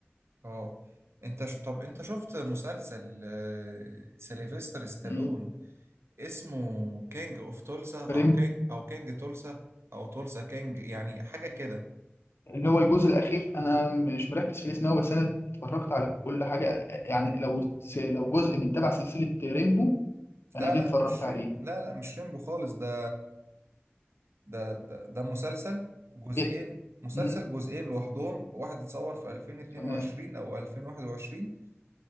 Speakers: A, on the right (about 75°); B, on the left (about 65°).
A: اه انت ش... طب انت شفت مسلسل آه، سيلفستر ستالون
B: امم
A: اسمه كينج اوف تولسا او
B: فاهم
A: كينج او كينج تولسا او تولسا كينج يعني حاجة كده
B: اللي هو الجزء الأخير أنا مش مركز في الاسم أوي بس أنا اتفرجت على كل حاجة يعني لو س- لو جزء من تبع سلسلة ريمبو
A: لا
B: أنا جيت
A: لا
B: اتفرجت
A: مش
B: عليه
A: ريم لا لا مش ريمبو خالص ده ده ده, ده مسلسل جزئين
B: إيه؟
A: مسلسل
B: مم.
A: جزئين لوحدهم واحد اتصور في 2022
B: تمام
A: او 2021